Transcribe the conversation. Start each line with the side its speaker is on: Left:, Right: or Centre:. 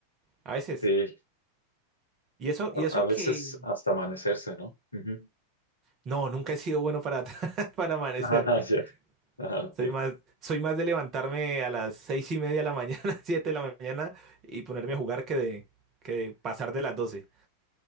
Right: A veces
Left: Sí,
Right: Y eso, y
Left: a,
Right: eso
Left: a veces
Right: que
Left: hasta amanecerse, ¿no? Ujú.
Right: no, nunca he sido bueno para, <laughs> para amanecerme.
Left: <laughs> Ajá, ya. Ah, ok.
Right: Soy más, soy más de levantarme a las seis y media de la mañana, <laughs> siete de la mañana y ponerme a jugar que de, que de pasar de las doce.